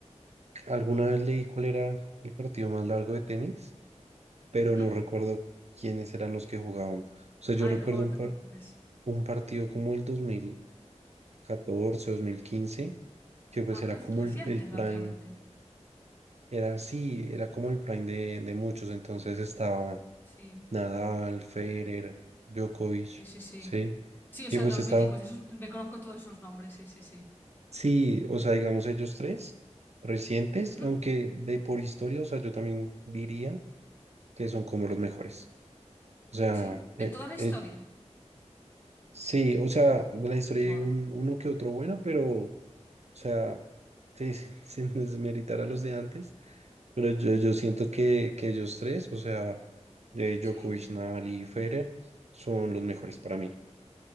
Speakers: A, on the right (about 65°); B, on the left (about 15°).
A: alguna vez leí cuál era el partido más largo de tenis pero
B: Ujú.
A: no recuerdo quiénes eran los que jugaban. O sea, yo
B: Ay,
A: recuerdo
B: joder,
A: un,
B: no
A: par-
B: te preocupes.
A: un partido como el dos dos mil catorce, dos mil quince, que pues
B: Ah,
A: era
B: reci-
A: como
B: recientes
A: el, el prime,
B: relativamente.
A: era sí, era como el prime de, de muchos, entonces estaba
B: Sí,
A: Nadal, Federer, Djokovic,
B: sí, sí, sí.
A: ¿sí?
B: Sí, o
A: Y
B: sea,
A: pues
B: los
A: estaban,
B: míticos, esos, me conozco todos esos nombres, sí, sí, sí.
A: sí, o sea, digamos ellos tres recientes,
B: Ujú.
A: aunque de por historia, o sea, yo también diría que son como los mejores. O sea,
B: Sí,
A: e-
B: de toda la historia.
A: e- Sí, o sea, de la historia
B: Buah,
A: hay un, uno que otro bueno, pero, o sea, sí, <laughs> sin, sin desmeritar a los de antes, pero yo, yo siento que, que ellos tres, o sea, eh,
B: sí.
A: Djokovic, Nadal y Federer, son los mejores para mí.